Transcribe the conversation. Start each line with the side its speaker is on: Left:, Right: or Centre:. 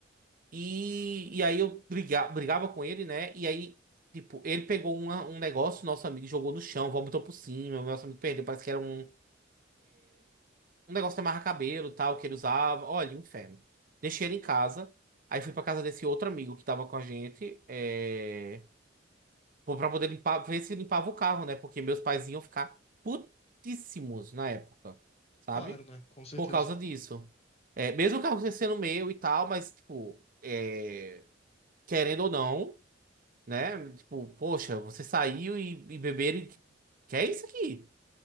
Right: E, e aí eu briga, brigava com ele, né? E aí, tipo, ele pegou uma- um negócio, nosso amigo jogou no chão, vomitou por cima, o nosso amigo perdeu, parece que era um um negócio de amarrar cabelo, tal, que ele usava. Olha, inferno. Deixei ele em casa. Aí fui pra casa desse outro amigo que tava com a gente. É... pô, Pra poder limpar, ver se limpava o carro, né? Porque meus pais iam ficar putíssimos na época, sabe?
Left: Claro, né? Com certeza.
Right: Por causa disso. É, mesmo o carro sendo meu e tal, mas, tipo, é, querendo ou não, né? Tipo, poxa, você saiu e, e beberam. e- Que é isso aqui?